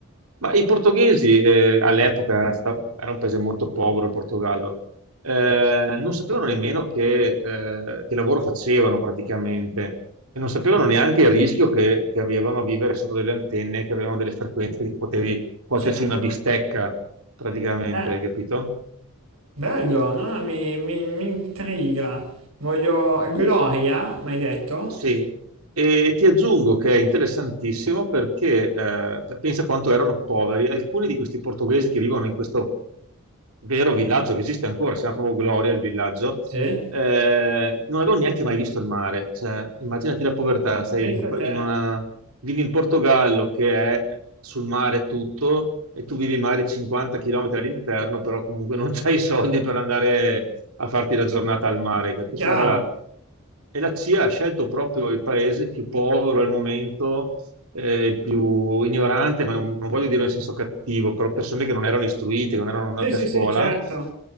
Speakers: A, on the right; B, on the right.
A: Ma i portoghesi eh, all'epoca era una città- era un paese molto povero, il Portogallo, eh, non sapevano nemmeno che, eh, che lavoro facevano praticamente e non sapevano neanche il rischio che, che avevano a vivere sotto delle antenne, che avevano delle frequenze che potevi cuocerci
B: certo.
A: una bistecca praticamente,
B: Eh,
A: hai capito?
B: bello, no, no, mi, mi, mi intriga. Voglio... Gloria, mi hai detto?
A: Sì, e ti aggiungo che è interessantissimo perché eh, pensa quanto erano poveri alcuni di questi portoghesi che vivono in questo vero villaggio che esiste ancora, si chiama proprio Gloria il villaggio,
B: Sì?
A: eh, non avevo neanche mai visto il mare. Cioè, immaginati la povertà, sei
B: Pensa
A: in,
B: a
A: pa-
B: te.
A: in una, vivi in Portogallo che è sul mare tutto e tu vivi magari 50 km all'interno, però comunque non <laughs> hai i soldi per andare a farti la giornata al mare, che questa
B: Chiaro.
A: era la... E la CIA ha scelto proprio il paese più povero al momento, eh, il più ignorante, ma non, non voglio dire in senso cattivo, però persone che non erano istruite, che non erano andate
B: Sì, sì,
A: a scuola,
B: sì, certo.